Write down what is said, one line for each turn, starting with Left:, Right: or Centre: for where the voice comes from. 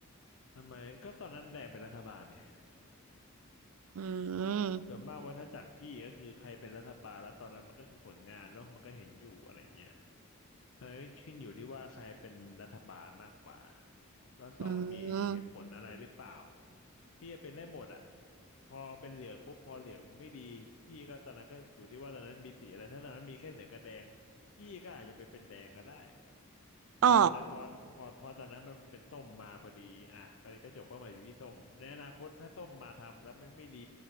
Left: ทำไมก็ตอนนั้นแดงเป็นรัฐบาลเนี่ย
Right: อืม
Left: ส่วนมากวัฏจักรพี่ก็คือใครเป็นรัฐบาลแล้วตอนนั้นมันก็คือผลงานเนาะมันก็เห็นอยู่อะไรอย่างเงี้ยอะไรก็ขึ้นอยู่ที่ว่าใครเป็นรัฐบาลมากกว่าแล้วสองมันมีเหตุผลอะไรหรือเปล่า
Right: อืม
Left: พี่จะเป็นได้หมดอะพอเป็นเหลืองปุ๊บพอเหลืองมันไม่ดีพี่ก็ตอนนั้นก็อยู่ที่ว่าตอนนั้นมีสีอะไรถ้าตอนนั้นมีแค่เหลืองกับแดงพี่ก็อาจจะไปเป็นแดงก็ได้
Right: อ๋อ
Left: แต่ตอนนั้นพอพอพอตอนนั้นมันเป็นส้มมาพอดีอ่ะก็เลยก็จบเป้าหมายอยู่ที่ส้มในอนาคตถ้าส้มมาทำแล้วไม่ไม่ดี